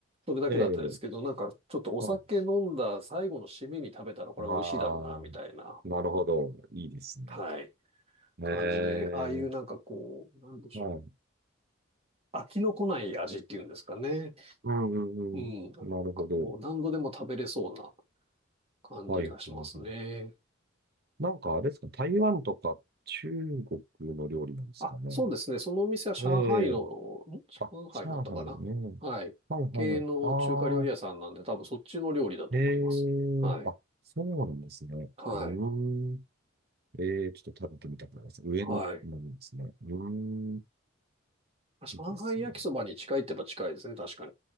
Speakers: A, on the right; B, on the right.
A: それだけだったんですけど、
B: ええ
A: なんかちょっとお酒飲んだ最後の締めに食べたらこれは美味しいだろうな、
B: はい。あ
A: みたいな、
B: あ、なるほど。いいですね。
A: はい、感じで、
B: ええ
A: ああいうなんかこう、なんでしょう。
B: はい。
A: 飽きのこない味っていうんですかね。
B: うん、うん、
A: うん。
B: うん。
A: なんかこう、
B: なるほど。
A: 何度でも食べれそうな感じがしますね。
B: はい、はい、はい。なんかあれですか、台湾とか中国の料理なんですかね。
A: あ、そうですね。そのお店は上海の、
B: ええ
A: ん上海だったかなはい。
B: あ、上海ね。はい、はい、
A: 系の中華料理屋さんなんで、
B: はい。ああ、
A: 多分そっちの料理だと思います。
B: ええあ、
A: はい。
B: そうなんですね。
A: はい。
B: うーん。ええちょっと食べてみたくなります。上野なんですね。
A: はい。
B: うーん。
A: 上海焼きそばに近いって言えば近いですね、
B: いいですね。
A: 確かに。